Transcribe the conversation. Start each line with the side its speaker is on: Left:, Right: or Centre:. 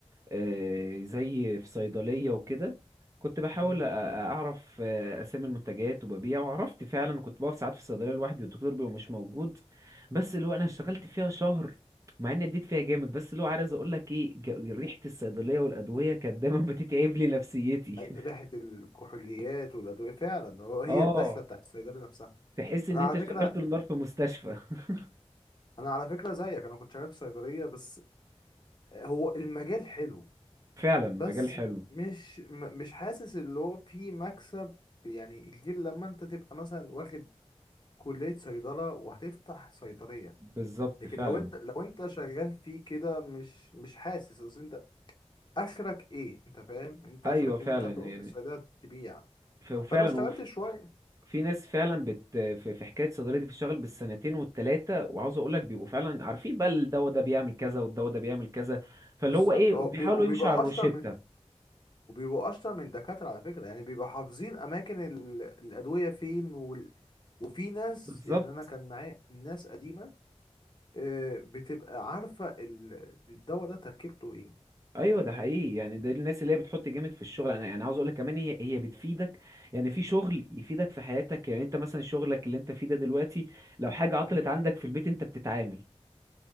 Right: آه، زي في صيدلية وكده كنت بحاول
Left: امم
Right: أ- أ- أعرف آه، أسامي المنتجات وببيع وعرفت فعلا كنت بقف ساعات في الصيدلية لوحدي والدكتور بيبقى مش موجود بس اللي هو أنا اشتغلت فيها شهر مع إني اديت فيها جامد بس اللي هو عايز أقول لك إيه ج- ريحة الصيدلية والأدوية كانت دايما <laughs> بتتعب لي نفسيتي
Left: أي-
Right: <laughs>
Left: ريحه الكحوليات والادويه فعلا هو- هي
Right: اه
Left: الدخله بتاعت الصيدلي نفسها
Right: تحس إن
Left: انا
Right: أنت
Left: على
Right: شغلت
Left: فكره
Right: النار في مستشفى <laughs>
Left: انا على فكره زيك انا كنت شغال في صيدليه بس هو المجال حلو
Right: فعلا مجال
Left: بس
Right: حلو
Left: مش م- مش حاسس اللي هو فيه مكسب يعني غير لما انت تبقى مثلا واخد كليه صيدله وهتفتح صيدليه
Right: بالظبط
Left: لكن
Right: فعلا
Left: لو انت لو انت شغال فيه كده مش مش حاسس اصل انت اخرك ايه انت فاهم انت
Right: أيوه
Left: اخرك
Right: فعلا
Left: اللي انت هتقف
Right: يعني
Left: في الصيدليه تبيع
Right: ف- وفعلا
Left: فانا اشتغلت شويه
Right: في ناس فعلا بت في في حكايه الصيدليه دي بتشتغل بالسنتين والتلاته وعاوز اقول لك بيبقوا فعلا عارفين بقى الدواء ده بيعمل كذا والدواء ده بيعمل كذا فاللي
Left: بالظبط
Right: هو ايه
Left: هو
Right: وبيحاولوا
Left: بي- وبيبقى
Right: يمشوا على الروشته
Left: اشطر من وبيبقوا اشطر من دكاترة على فكرة يعني بيبقوا حافظين اماكن ال... الادوية فين وال... وفي ناس
Right: بالظبط
Left: يعني انا كان معايا ناس قديمة آه، بتبقى عارفة ال... الدواء ده تركيبته ايه
Right: ايوه
Left: انت
Right: ده
Left: فاهم
Right: حقيقي يعني ده الناس اللي هي بتحط جامد في الشغل انا يعني عاوز اقول لك كمان هي هي بتفيدك يعني في شغل يفيدك في حياتك يعني انت مثلا شغلك اللي انت فيه ده دلوقتي لو حاجه عطلت
Left: مم.
Right: عندك في البيت انت بتتعامل